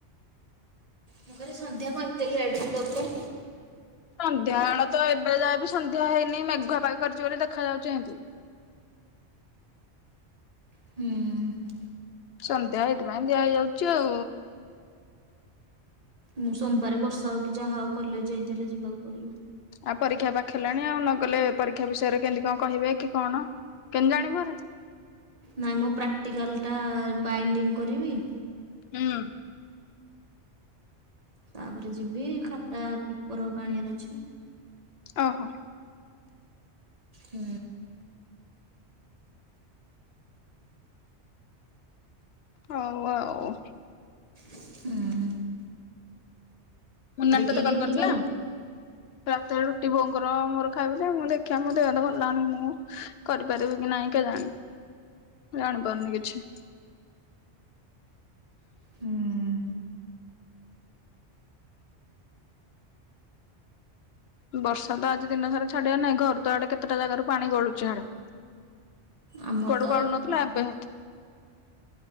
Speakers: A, on the right (about 35°); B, on the left (about 65°).
A: ମୁଁ କହିଲି ସନ୍ଧ୍ୟା କ ଏତେ ଲେଟ କୁ ଦୌଚ?
B: ସନ୍ଧ୍ୟା ବେଳ ତ ଏବେ ଯାଏବି ସନ୍ଧ୍ୟା ହେଇନି ମେଘୁଆ ପାଗ କରିଛି ବୋଲି ଦେଖାଯାଉଛି ଏମିତି।
A: ହୁଁ।
B: ସନ୍ଧ୍ୟା ଏଇଥିପାଇଁ ଦିଆ ହେଇଯାଉଛି ଆଉ।
A: ମୁଁ ସୋମବାରେ ବର୍ଷା ହଉ କି ଯାହା ହଉ କଲେଜ ଯାଇତେ ହେଲେ ଯିବାକୁ ପଡିବ।
B: ଆଉ ପରୀକ୍ଷା ପାଖେଇ ଲାଣି ଆଉ ନଗଲେ ପରୀକ୍ଷା ବିଷୟରେ କେମିତି କଣ କହିବେ କି କଣ କେମିତି ଜାଣିବ ହେରା।
A: ନାଇଁ ମୁଁ ପ୍ରାକ୍ଟିକାଲ ଟା ବାଇଣ୍ଡିଙ୍ଗ କରିବି।
B: ହୁଁ।
A: ତାପରେ ଯିବି ଖାତା ପେପର ଉକା ଆଣିବାର ଅଛି।
B: ଓହୋ।
A: ହୁଁ।
B: ହଉ ଆଉ।
A: ହୁଁ।
B: ମୁନାନ
A: କିଏ
B: ତତେ
A: କିଏ
B: କଲ
A: ରୁଟି
B: କରିଥିଲା?
A: ଖାଇବ?
B: ରାତିରେ ରୁଟି ବୋଉଙ୍କର ମୋର ଖାଇବୁ ଯେ ମୁ ଦେଖିବା ମୋ ଦେହ ତ ଭଲ ଲାଗୁନି ମୁଁ କରିପାରିବି କି ନାଇଁ କେ ଜାଣି ଜାଣିପାରୁନି କିଛି।
A: ହୁଁ।
B: ବର୍ଷା ତ ଆଜି ଦିନ ସାରା ଛାଡିବା ନାହିଁ ଘର ତ ଆଡେ କେତେଟା ଜାଗାରୁ ପାଣି ଗଳୁଛି ହାଡେ।
A: ଆମର
B: କଡୁ
A: ତ
B: କଡୁ ନଥିଲା ଏବେ ହୁଁ